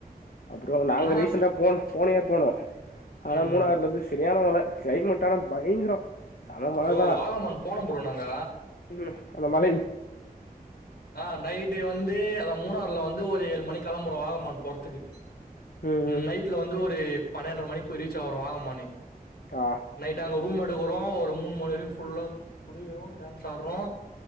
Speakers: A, on the left; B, on the left.
A: அப்றோ நாங்க
B: அண்ணா
A: ரீசெண்டா போனோ போன இயர் போனோ ஆனா
B: ம்
A: மூணாலருந்து சரியான மழ க்ளைமெட் ஆனா பயங்கரோ செம மழதா
B: ப்ரோ வாகமான் போன ப்ரோ நாங்க
A: ம் அந்த மழையில
B: ஆ நைட்டு வந்து அதா மூணாறுல வந்து ஒரு ஏழு மணி கெளம்புறோ வாகமான் போற்துக்கு
A: ம் ம்
B: நைட்ல வந்து ஒரு பன்னென்ர மணி போய் ரீச் ஆவுறோ வாகமான்
A: ஆ
B: நைட் அங்க ரூம் எடுக்றோ ஒரு மூணு மணி வரையு ஃபுல்லா குடிக்றோ டான்ஸ் ஆட்றோ